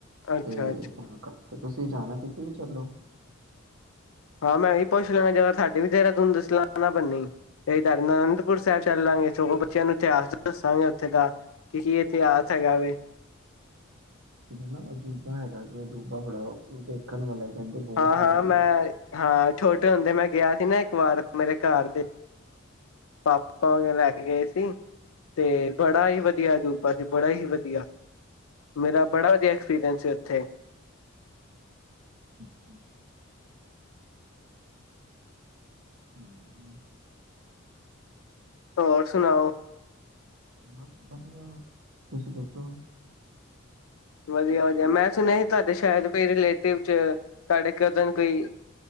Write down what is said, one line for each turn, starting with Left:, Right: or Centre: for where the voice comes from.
Left: ਅੱਛਾ-ਅੱਛਾ
Right: ਤੇ ਤਾਂ ਕਰ ਕਿ ਤੁਸੀਂ ਜਾਣਾ ਕਿਥ ਵੀ ਚੱਲੋ
Left: ਹਾਂ ਮੈਂ ਵੀ ਪੁੱਛ ਲਾਂਗਾ ਜਦੋਂ ਤੁਹਾਡੇ ਵੀ ਤੇਰਾ ਤਹਨੂੰ ਦੱਸ ਲਾਂ ਨਾ ਬੰਨੀ ਇਡ ਅਨੰਦਪੁਰ ਸਾਹਿਬ ਚੱਲ ਲਵਾਂਗੇ ਸ ਬੱਚਿਆਂ ਨੂੰ ਇਤਿਹਾਸ ਦੱਸਾਂਗੇ ਉੱਥੇ ਦਾ ਕਿ ਕੀ ਇਤਿਹਾਸ ਹੈਗਾ ਵ
Right: ਨਾ ਅਜੂਬਾ ਹੈਗਾ ਤੇ ਅਜੂਬਾ ਬੜਾ ਦੇਖਣ ਵਾਲਾ ਕਹਿੰਦੇ ਬਹੁਤ
Left: ਹਾਂ ਹਾਂ
Right: ਵਧੀਆ
Left: ਮੈਂ
Right: ਹੈ
Left: ਹਾਂ ਛੋਟੇ ਹੁੰਦੇ ਮੈਂ ਗਿਆ ਸੀ ਨਾ ਇੱਕ ਵਾਰ ਮੇਰੇ ਘਰ ਦੇ ਪਾਪਾ ਵ ਲੈ ਕੇ ਗਏ ਸੀ ਤੇ ਬੜਾ ਹੀ ਵਧੀਆ ਅਜੂਬਾ ਸੀ ਬੜਾ ਹੀ ਵਧੀਆ ਮੇਰਾ ਬੜਾ ਵਧੀਆ ਐਕਸਪੀਰੀਅੰਸ ਸੀ ਉੱਥੇ
Right: ਠੀਕੀ ਹ ਵਧੀਆ
Left: ਹੋਰ ਸੁਣਾਓ
Right: ਬਸ ਵਧੀਆ ਤੁਸੀਂ ਦੇੱਸੋ
Left: ਵਧਆ ਵਧਆ ਮੈਂ ਸੁਣਿਆ ਸੀ ਤੁਹਾਡੇ ਸ਼ਾਇਦ ਕੋਈ ਰਲੇਟਿਵ ਚ ਤੁਹਾਡੇ ਕਜਨ ਕੋਈ